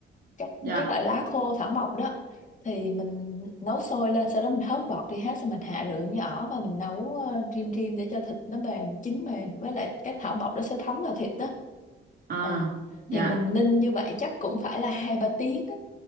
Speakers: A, on the left (about 40°); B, on the right (about 50°).
A: các
B: dạ
A: các loại lá khô thảo mộc đó thì mình nấu sôi lên sau đó mình hớt bọt đi hết xong mình hạ lửa nhỏ và mình nấu ờ, rim rim để cho thịt nó mềm chín mềm với lại các thảo mộc nó sẽ thấm vào thịt đó
B: à
A: ờ
B: dạ
A: thì mình ninh như vậy chắc cũng phải là hai ba tiếng á